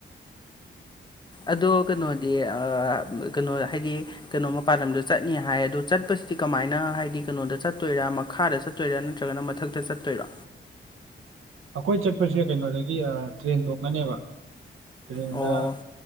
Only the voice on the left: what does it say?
ꯑꯗꯣ ꯀꯩꯅꯣꯗꯤ <unintelligible> ꯀꯩꯅꯣ ꯍꯥꯏꯗꯤ ꯀꯩꯅꯣ ꯃꯄꯥꯟ ꯂꯝꯗ ꯆꯠꯅꯤ ꯍꯥꯏ ꯑꯗꯣ ꯆꯠꯄꯁꯤꯗꯤ ꯀꯃꯥꯏꯅ ꯍꯥꯏꯗꯤ ꯀꯩꯅꯣꯗ ꯆꯠꯇꯣꯏꯔꯥ ꯃꯈꯥꯗ ꯆꯠ ꯆꯠꯇꯣꯏꯔꯥ ꯅꯠꯇ꯭ꯔꯒꯅ ꯃꯊꯛꯇ ꯆꯠꯇꯣꯏꯔꯥ
ꯑꯣ